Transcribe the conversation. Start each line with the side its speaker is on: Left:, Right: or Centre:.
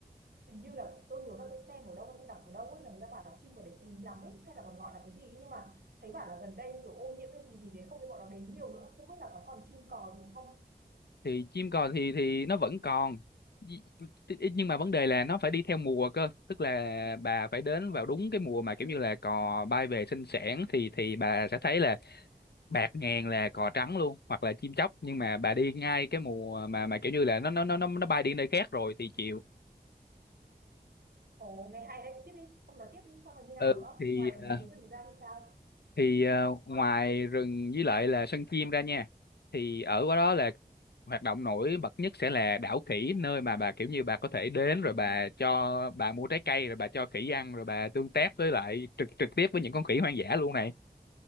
Right: hình như là tôi nhiều năm tôi xem ở đâu hay tôi đọc ở đâu ấy là người ta bảo là chim ở đấy quý lắm ấy hay là còn gọi là cái gì ấy. nhưng mà thấy bảo là gần đây kiểu ô nhiễm cái gì gì đấy không thì bọn nó đến nhiều nữa không biết là có còn chim cò gì không
Left: thì chim cò thì thì nó vẫn còn Nhi- nhưng mà vấn đề là nó phải đi theo mùa cơ tức là bà phải đến vào đúng cái mùa mà kiểu như là cò bay về sinh sản thì thì bà sẽ thấy là bạc ngàn là cò trắng luôn hoặc là chim chóc nhưng mà bà đi ngay cái mùa mà mà kiểu như là nó nó nó nó nó bay đi nơi khác rồi thì chịu
Right: ồ nghe hay đấy tiếp đi không nói tiếp đi xong rồi như nào
Left: ừ
Right: nữa
Left: thì
Right: ngoài mấy
Left: ờ,
Right: cái rừng ra thì sao
Left: thì ờ, ngoài rừng với lại là sân chim ra nha thì ở qua đó là hoạt động nổi bật nhất sẽ là đảo khỉ nơi mà bà kiểu như bà có thể đến rồi bà cho bà mua trái cây rồi bà cho khỉ ăn rồi bà tương tác với lại trực trực tiếp với những con khỉ hoang dã luôn này